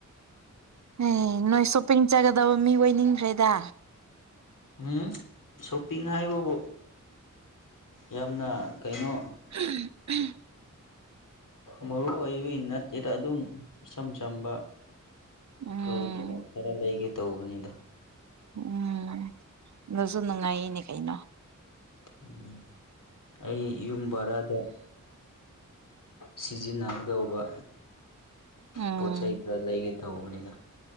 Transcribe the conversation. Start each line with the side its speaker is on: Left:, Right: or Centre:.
Right: ꯑꯦ ꯅꯣꯏ ꯁꯣꯞꯄꯤꯡ ꯆꯥꯒꯗꯕ ꯃꯤ ꯑꯣꯏꯅꯤꯡꯈ꯭ꯔꯦꯗ
Left: ꯎꯝ ꯁꯣꯞꯄꯤꯡ ꯍꯥꯏꯕꯕꯣ ꯌꯥꯝꯅ ꯀꯩꯅꯣ
Right: ꯎꯝ ꯎꯝ
Left: ꯃꯔꯨꯑꯣꯏꯕꯩ ꯅꯠꯇꯦꯗ ꯑꯗꯨꯝ ꯏꯆꯝ ꯆꯝꯕ
Right: ꯎꯝ
Left: ꯀꯩꯅꯣ ꯈꯔ ꯂꯩꯒꯦ ꯇꯧꯕꯅꯤꯗ
Right: ꯎꯝ ꯑꯗꯨꯁꯨ ꯅꯨꯡꯉꯥꯏꯅꯦ ꯀꯩꯅꯣ
Left: ꯎꯝ ꯑꯩ ꯌꯨꯝ ꯕꯔꯥꯗ ꯁꯤꯖꯤꯟꯅꯒꯗꯧꯕ
Right: ꯎꯝ
Left: ꯄꯣꯠ ꯆꯩꯩ ꯈꯔ ꯂꯩꯒꯦ ꯇꯧꯕꯅꯤꯗ